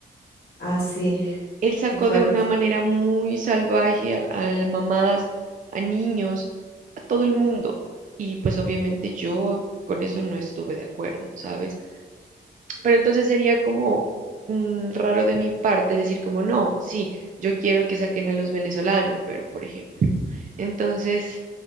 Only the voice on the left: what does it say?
Ah, sí,
qué fuerte.